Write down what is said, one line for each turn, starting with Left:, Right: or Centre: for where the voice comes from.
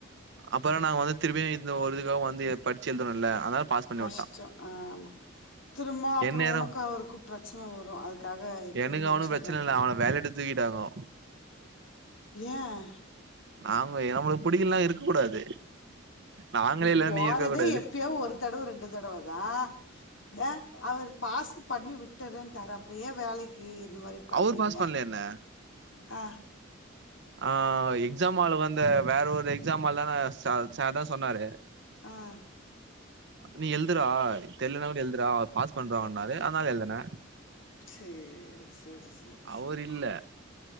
Right: அப்பனா நாங்க வந்து திரும்பியு இந்த‌ ஒரு இதுக்காக வந்து படிச்சு எழுதணுல்ல அதனால பாஸ் பண்ணி
Left: கஷ்டோ
Right: வுட்டா
Left: ஆமா திரும்ப அப்பறோ
Right: எந்நேரோ
Left: உனக்கு அவருக்கு பிரச்சனை வரு அதுக்காக இப்பபே
Right: எனக்கு
Left: முடிச்சிறேப்பா
Right: அவனு பிரச்சன இல்ல அவன வேலையட்டு தூக்கிட்டாங்கோ
Left: ஏன்
Right: ஆமுங்கோ நம்ளுக்கு பிடிக்கல்லனா இருக்க கூடாது நாங்களே
Left: நீ
Right: இல்ல
Left: போறதே
Right: இருக்க கூடாது
Left: எப்பயோ ஒரு தடவ ரெண்டு தடவ தா ஆ அவரு பாசு பண்ணி விட்டுறேன்ட்டாரு அப்பறோ ஏன் வேலைக்கு இந்த மாரி பண்றீங்க
Right: அவரு பாஸ் பண்ல என்ன
Left: ஆ
Right: ஆ எக்ஸாம் ஹாலுக்கு வந்த வேற ஒரு எக்ஸாம் ஹாலுக்கான சா சார் தா சொன்னாரு
Left: ஆ
Right: நீ எழுதுறா தெர்லனா கூட எழுதுறா பாஸ் பண்றோனாரு அதனால எழுதுனே
Left: சேர் சேர் சேர்
Right: அவரு
Left: சேர்
Right: இல்ல